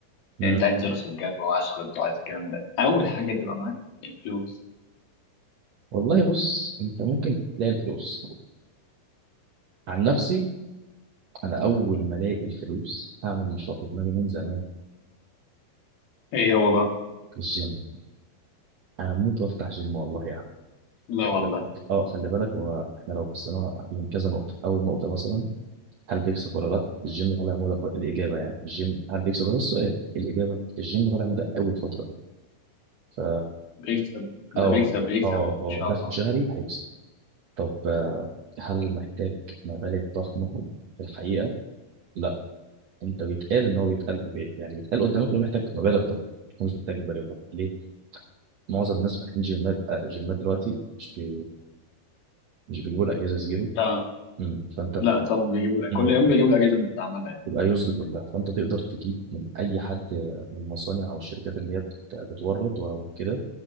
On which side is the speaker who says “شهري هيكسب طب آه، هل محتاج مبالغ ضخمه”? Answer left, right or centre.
Right